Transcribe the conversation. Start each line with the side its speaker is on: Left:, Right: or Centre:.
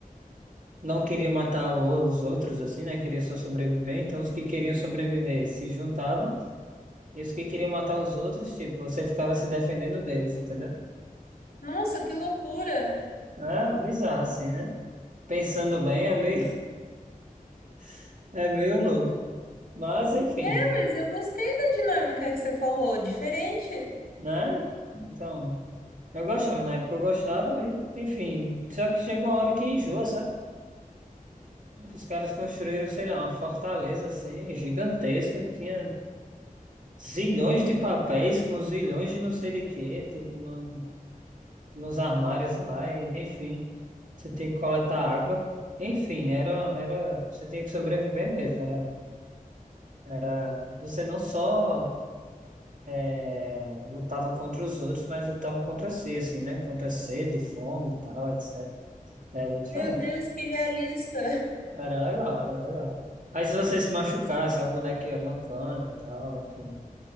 Right: não queria matar o- os outros, assim, né? Queria só sobreviver. Então, os que queriam sobreviver se juntavam. Isso que queriam matar os outros, tipo, você ficava se defendendo deles, entendeu?
Left: Nossa, que loucura!
Right: É bizarro assim, né? Pensando bem, é meio, <laughs> é meio louco. Mas, enfim,
Left: É, mas eu gostei da dinâmica que você falou, diferente.
Right: né? Então, eu gostava, na época eu gostava, e, enfim. Só que chega uma hora que enjoa, sabe? Tipo, Os caras construíram, sei lá, uma fortaleza assim, gigantesca, tinha zilhões de papéis com zilhões de não sei de quê, tipo, não. nos armários lá, e, enfim, você tinha que coletar água. Enfim, era, era, você tinha que sobreviver mesmo. Era, era, você não só é, lutava contra os outros, mas lutava contra si, assim, né? Contra a sede, fome e tal, etc. era bem diferente.
Left: Meu Deus, que realista.
Right: Era legal, era legal. Aí se você se machucasse, a boneca ia mancando e tal, enfim,